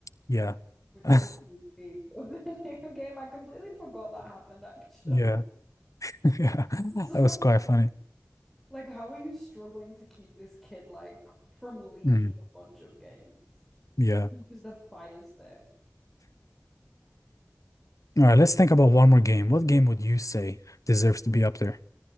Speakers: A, on the left; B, in the centre.
A: yeah,
B: which
A: <laughs>
B: was
A: yeah,
B: a sneak peek of the <laughs> new game. I completely forgot that happened actually.
A: <laughs> yeah.
B: <laughs>
A: That
B: It's so
A: was quite
B: fun.
A: funny.
B: Like, how are you struggling to keep this kid like from leaking
A: Mm,
B: a bunch of games?
A: yeah.
B: Use the fire stick. <laughs>
A: All right, let's think about one more game. What game would you say deserves to be up there?